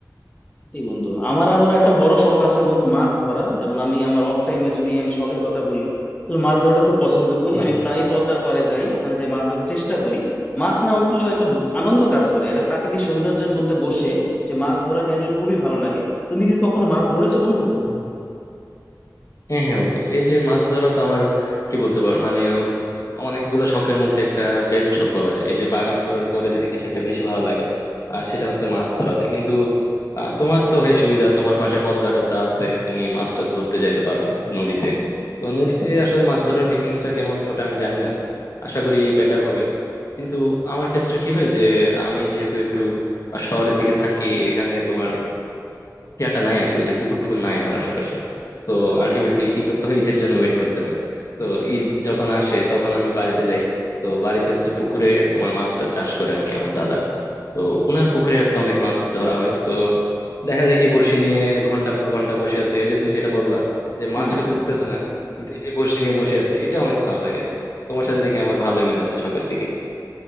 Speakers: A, on the left (about 20°); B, on the left (about 50°).
A: এটাই বন্ধু আমার আবার একটা বড় শখ আছে বন্ধু মাছ ধরা যেমন আমি আমার অফ টাইমে যদি আমি শখের কথা বলি তাহলে মাছ ধরাটা খুব পছন্দ করি
B: হম
A: আমি প্রায় পদ্মার পাড়ে যাই ওখানে যে মাছ ধরার চেষ্টা করি মাছ না উঠলেও একটা আনন্দ কাজ করে এটা প্রাকৃতিক সৌন্দর্যের মধ্যে বসে যে মাছ ধরা কাহিনীগুলো খুবই ভালো লাগে তুমি কি কখনো মাছ ধরেছো বন্ধু
B: হম হ্যাঁ হ্যাঁ বন্ধু এই যে মাছ ধরা তো আমার কি বলতে পারো মানে অনেকগুলা শখের মধ্যে একটা বেস্ট শখ বলা যায় এই যে বাগান করার পরে যদি কিছু একটা বেশি ভালো লাগে আর সেটা হচ্ছে মাছ ধরাতে কিন্তু আহ, তোমার তো ভাই সুবিধা তোমার পাশে পদ্মা টদ্মা আছে তুমি মাছটা ধরতে যাইতে পারো নদীতে তো নদীতে আসলে মাছ ধরার ফিলিংসটা কেমন ওটা আমি জানি না আশা করি বেটার হবে কিন্তু আমার ক্ষেত্রে কি হয় যে আমি যেহেতু একটু শহরের দিকে থাকি এখানে তোমার ইয়াটা নাই আর কি ওই যে পুকুর টুকুর নাই আমার আশেপাশে তো আলটিমেটলি কি করতে হয় ঈদের জন্য ওয়েট করতে হয় তো
A: হুম
B: ঈদ যখন আসে তখন আমি বাড়িতে যাই তো বাড়িতে হচ্ছে পুকুরে তোমার মাছটা চাষ করে আর কি আমার দাদা তো ওনার পুকুরে আর কি অনেক মাছ ধরা হয় তো দেখা যায় কি বড়শি নিয়ে ঘন্টার পর ঘন্টা বসে আছে ওই যে তুমি যেটা বললা যে
A: হুম
B: মাছ হয়তো উঠতেছে না কিন্তু এই যে বড়শি নিয়ে বসে আছে এটা অনেক ভালো লাগে আর কি তোমার সাথে দেখে আমার ভালো মিল আছে শখের দিকে